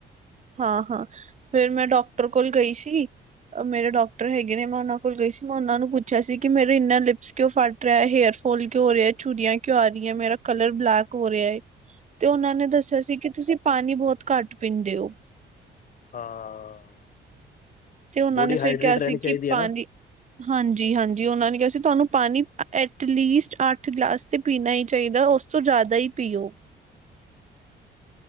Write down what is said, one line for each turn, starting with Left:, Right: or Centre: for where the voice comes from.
Right: ਹਾਂ -ਹਾਂ ਫੇਿਰ ਮੈਂ ਡਾਕਟਰ ਕੋਲ ਗਈ ਸੀ, ਮੇਰੇ ਡਾਕਟਰ ਹੈਗੇ ਨੇ, ਮੈਂ ਉਹਨਾਂ ਕੋਲ ਗਈ ਸੀ। ਮੈਂ ਉਹਨਾਂ ਨੂੰ ਪੁੱਛਿਆ ਸੀ ਕਿ ਮੇਰੇ ਇੰਨਾ ਲਿਪਸ ਕਿਉਂ ਫਟ ਰਿਹਾ ਹੇਅਰ ਫੋਲ ਕਿਉਂ ਰਿਹਾ ਛੁਰੀਆਂ ਕਿਉ ਆ ਰਹੀ ਹੈ, ਮੇਰਾ ਕਲਰ ਬਲੈਕ ਹੋ ਰਿਹਾ ਏ,
Left: ਹ <inaudible>
Right: ਤੇ ਉਹਨਾਂ ਨੇ ਦੱਸਿਆ ਸੀ ਕਿ, ਤੁਸੀਂ ਪਾਣੀ ਬਹੁਤ ਘੱਟ ਪੀਂਦੇ ਹੋ?
Left: ਹਾਂ
Right: ਤੇ ਉਹਨਾਂ
Left: ਬੋਡੀ
Right: ਨੇ ਫਿਰ
Left: ਹਾਈਡਰੇਟ
Right: ਕਿਹਾ
Left: ਰਹਿਣੀ
Right: ਸੀ,
Left: ਚਾਹੀਦੀ
Right: ਕਿ ਪਾਣੀ
Left: ਹੈ ਨਾ
Right: ਹਾਂਜੀ -ਹਾਂਜੀ ਉਹਨਾਂ ਨੇ ਕਿਹਾ ਸੀ, ਤੁਹਾਨੂੰ ਪਾਣੀ ਐਟਲੀਸਟ ਅੱਠ ਗਲਾਸ ਤੇ,, ਪੀਣਾ ਹੀ ਚਾਹੀਦਾ ਉਸ ਤੋਂ ਜ਼ਿਆਦਾ ਹੀ ਪੀਓ?